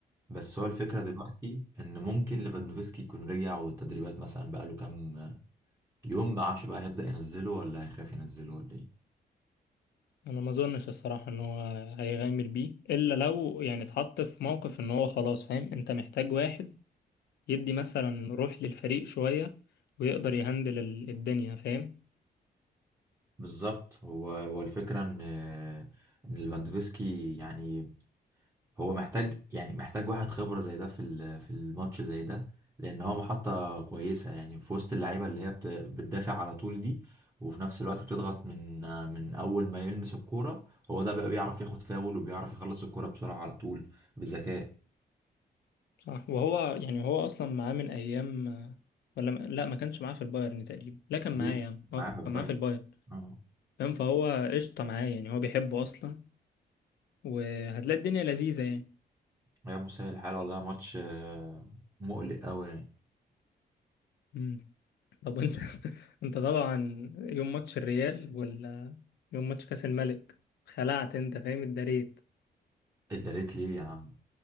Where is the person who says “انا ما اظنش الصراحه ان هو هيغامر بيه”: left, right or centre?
Left